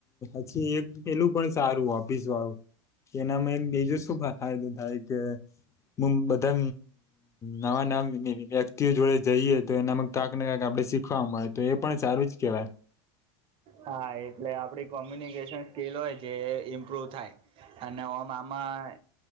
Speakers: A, on the left; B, on the right.
A: પછી એક પેલું પણ સારું ઓફિસ વાળું કે એનામાં ગઈજો શું ભા હા દ થઈ કે હું બધા નવા નવા વ્યક્તિઓ જોડે જઈએ તો એનામાં કાંક ને કાક આપડે શીખવા મળે તો એ પણ સારું જ કહેવાય.
B: હા એટલે આપડી કોમ્યુનિકેશન સ્કીિલ હોય જે ઇમ્પ્રુવ થાય અને ઓમ આમાં